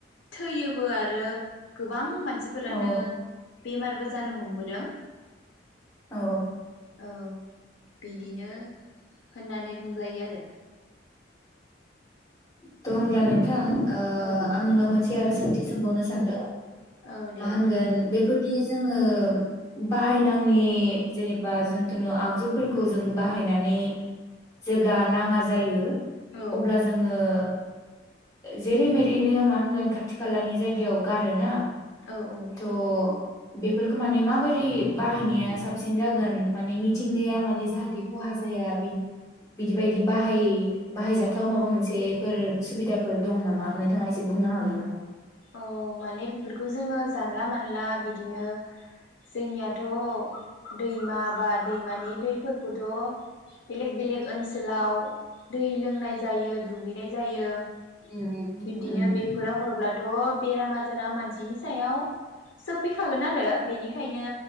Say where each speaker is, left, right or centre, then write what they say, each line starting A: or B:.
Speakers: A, on the left (about 80°); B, on the left (about 20°).
A: थैयोबो आरो गोबां मान मानसिफोरानो
B: औ
A: बेमारबो जानो हमबोदों
B: औ
A: औ बिदिनो होननानै बुंजायो आरो
B: थ' होमला न नोंथां ओ
A: औ
B: आं नोंनाव मोनसे आरो सोंथि सोंबावनो सानदों
A: औ दे
B: मा होनगोन बेफोरदि जोङो बाहायनाङि जेनेबा जिखुनु आगजुफोरखौ जों बाहायनानै जेब्ला नाङा जायो
A: औ
B: अब्ला जोङो ओ जेरै मेरैनो मा होनगोन खाथि खालानि जायगायाव गारोना?
A: औ औ
B: थ' बेफोरखौ माने माबोरै बाहायनाया साबसिन जागोन माने मिथिंगाया माने जाहाथे खहा जाया बिदि बायदि बाहाय बाहायजाथाव माबा मोनसे फोर सुबिदाफोर दं नामा नोंथाङा एसे बुंनो हागोन नामा?
A: औ माने बेफोरखौ जोङो जानला मानला बिदिनो जोंनियाथ' दैमा बा दैमानि दैफोरखौथ' बेलेग बेलेक ओनसोलाव दै लोंनाय जायो दुगैनाय जायो। बिब्दिनो
B: उम उम उम
A: बेफोराव हरब्ला' अ बेराम आजारा मानसिनि सोफैखागोन आरो बेनि बेनिखायनो